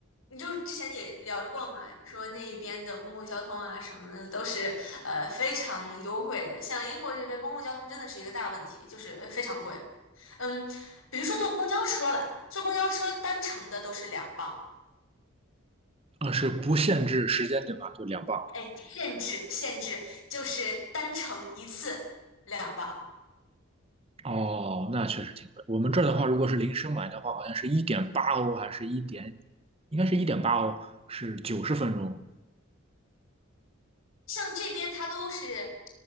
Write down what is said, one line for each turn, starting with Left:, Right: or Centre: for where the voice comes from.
Left: 你就之前也聊过嘛，你说那一边的公共交通啊什么的都是呃非常优惠的，像英国这边公共交通真的是一个大问题，就是非常贵。嗯，比如说坐公交车吧，坐公交车单程的都是两磅，
Right: 嗯，是不限制时间对吧？就两班。
Left: 哎，限制限制就是单程一次两磅，
Right: 哦，那确实挺贵。我们这儿的话，如果是临时买的话，好像是一点八欧，还是一点，应该是一点八欧，是九十分钟
Left: 像这边它都是，